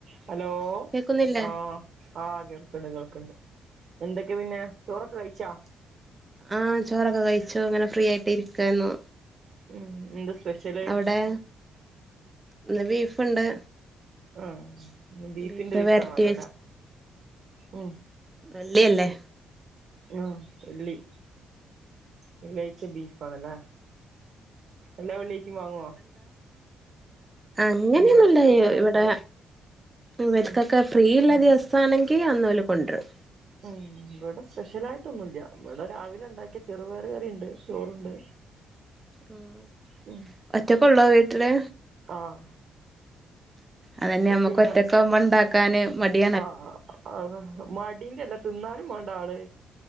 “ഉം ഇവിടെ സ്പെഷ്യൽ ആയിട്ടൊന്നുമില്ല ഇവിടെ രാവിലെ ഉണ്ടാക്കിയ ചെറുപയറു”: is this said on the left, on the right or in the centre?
Right